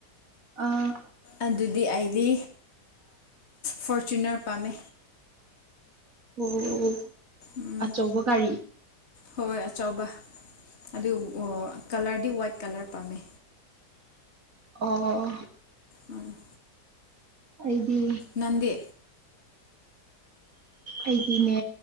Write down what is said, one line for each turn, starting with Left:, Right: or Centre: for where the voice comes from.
Right: ꯑꯥ
Left: ꯑꯗꯨꯗꯤ ꯑꯩꯗꯤ ꯐꯣꯔꯆꯨꯅꯔ ꯄꯥꯝꯃꯦ
Right: ꯑꯣ ꯑꯣ
Left: ꯎꯝ
Right: ꯑꯆꯧꯕ ꯒꯥꯔꯤ
Left: ꯍꯣꯏ ꯑꯆꯧꯕ ꯑꯗꯨ ꯀꯥꯂꯔꯗꯤ ꯋꯥꯏꯠ ꯀꯥꯂꯔ ꯄꯥꯝꯃꯦ
Right: ꯑꯣ ꯑꯣ ꯑꯣ
Left: ꯎꯝ
Right: ꯑꯩꯗꯤ
Left: ꯅꯪꯗꯤ
Right: ꯑꯩꯗꯤꯅꯦ